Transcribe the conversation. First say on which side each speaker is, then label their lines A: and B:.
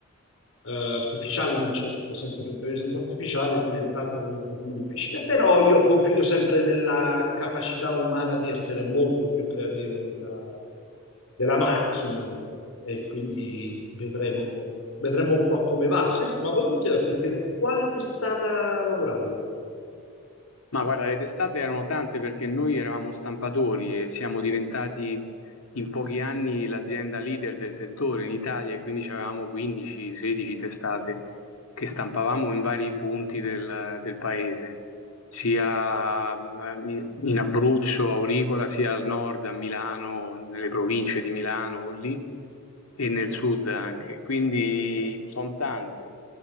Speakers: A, on the left; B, on the left.
A: eh, artificiali, in un certo senso l'intelligenza artificiale è diventato un pochino difficile, però io confido sempre nella capacità umana di essere molto più creativo della, della macchina e quindi vedremo, vedremo un po' come va. Senti, ma volevo chiederti per quale testata lavoravi?
B: Ma guarda, le testate erano tante perché noi eravamo stampatori e siamo diventati in pochi anni l'azienda leader del settore in Italia e quindi avevamo 15-16 testate che stampavamo in vari punti del, del paese, sia in in Abruzzo, Auricola, sia al nord, a Milano, nelle province di Milano lì e nel sud anche. Quindi sono tante